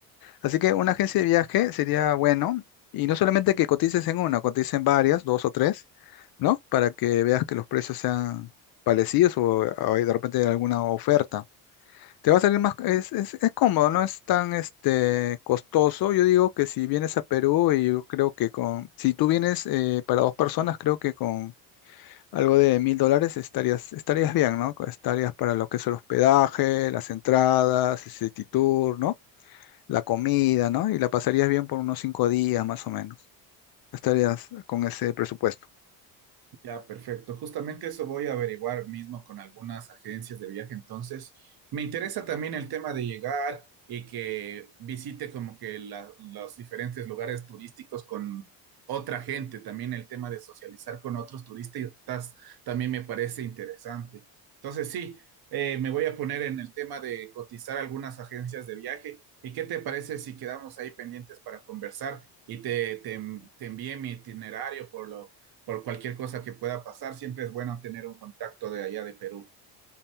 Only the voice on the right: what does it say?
Ya, perfecto. Justamente eso voy a averiguar mismo con algunas agencias de viaje. Entonces, me interesa también el tema de llegar y que visite como que la- los diferentes lugares turísticos con otra gente. También el tema de socializar con otros turistas también me parece interesante. Entonces, sí, eh, me voy a poner en el tema de cotizar algunas agencias de viaje. ¿Y qué te parece si quedamos ahí pendientes para conversar y te, te, te envié mi itinerario por lo por cualquier cosa que pueda pasar, siempre es bueno tener un contacto de allá de Perú.